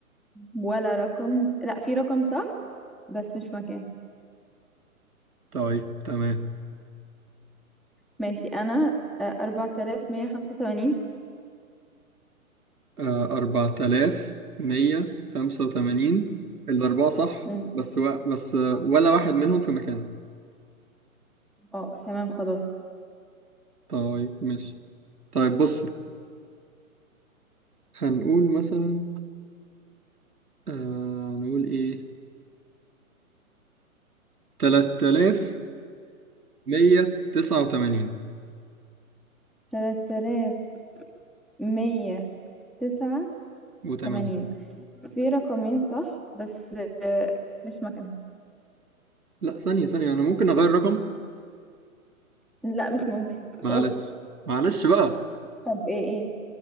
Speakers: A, in the centre; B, on the right (about 85°).
A: ولا رقم لا في رقم صح بس مش مكان
B: طيب تمام
A: ماشي انا آه، اربعة آلاف مية خمسة وتمانين
B: آه 4185 الأربعة صح
A: امم
B: بس و... بس آه، ولا واحد منهم في مكانه
A: اه تمام خلاص
B: طيب ماشي طيب بصي هنقول مثلا آه نقول ايه 3000 189
A: تلاتة آلاف مية تسعة
B: و80
A: وتمانين في رقمين صح بس آه، مش مكان
B: لا ثانية ثانية أنا ممكن أغير رقم
A: لا مش ممكن <laughs>
B: معلش
A: خلاص
B: معلش بقى
A: طب ايه ايه